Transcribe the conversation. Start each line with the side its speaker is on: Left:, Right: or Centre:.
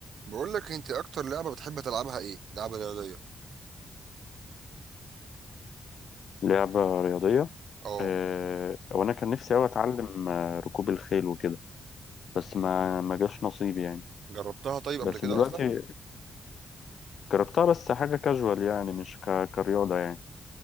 Right: بقول لك انت اكتر لعبه بتحب تلعبها ايه لعبه رياضيه
Left: لعبة رياضية
Right: اه
Left: آه، وأنا كان نفسي أوي أتعلم آه، ركوب الخيل وكده بس ما ما جاش نصيبي يعني
Right: جربتها طيب
Left: بس
Right: قبل كده
Left: دلوقتي
Right: اصلا
Left: جربتها بس حاجة كاجوال يعني مش ك... كرياضة يعني